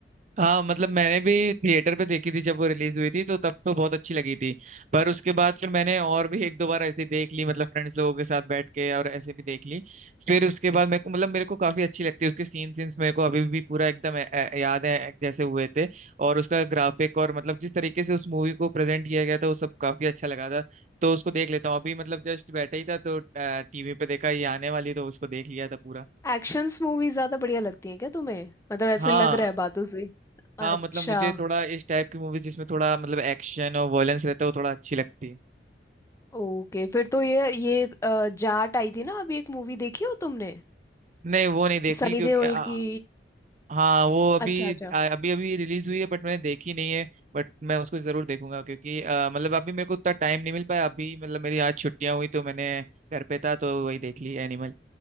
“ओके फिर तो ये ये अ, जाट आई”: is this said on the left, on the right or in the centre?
Left